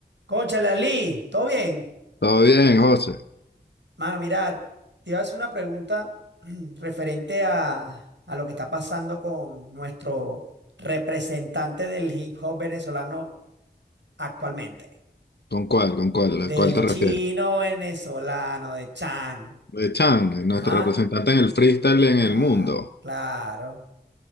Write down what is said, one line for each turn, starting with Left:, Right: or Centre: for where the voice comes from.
Right: Cónchale, Ali, ¿todo bien?
Left: Todo bien, José.
Right: Mano, mira, te iba a hacer una pregunta <clears throat> referente a, a lo que está pasando con nuestro representante del hip hop venezolano actualmente,
Left: ¿Con cuál? ¿Con cuál?
Right: del
Left: ¿A cuál te refieres?
Right: chino venezolano, de Chan.
Left: De Chan,
Right: Ajá,
Left: nuestro representante en el freestyle en
Right: claro,
Left: el mundo.
Right: claro.